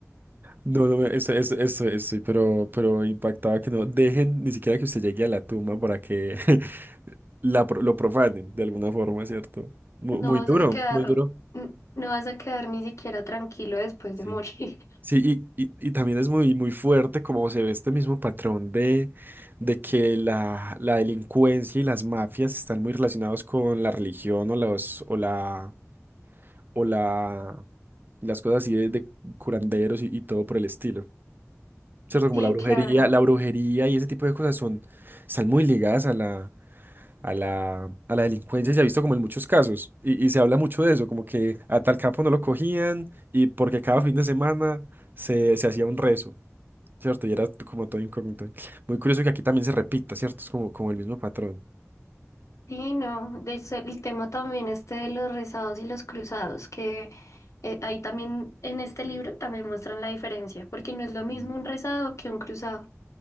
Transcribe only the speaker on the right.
No, no, eso, eso, eso, estoy, pero, pero impactaba que no dejen ni siquiera que usted llegue a la tumba para que <laughs> la, pro- lo profanen de alguna forma, ¿cierto? Mu-
Muy,
duro,
muy duro.
Sí.
Sí, y, y, y también es muy, muy fuerte como se ve este mismo patrón de, de que la, la delincuencia y las mafias están muy relacionados con la religión o los, o la, o la, las cosas así de, de curanderos y y todo por el estilo. ¿cierto? Como
la brujería,
la brujería y ese tipo de cosas son, están muy ligadas a la, a la, a la delincuencia, y se ha visto como en muchos casos, y, y se habla mucho de eso, como que a tal capo no lo cogían, y porque cada fin de semana se, se hacía un rezo, ¿cierto? Y era t- como todo incógnito. Muy curioso que aquí también se repita, ¿cierto? Es como, como el mismo patrón.
Mm,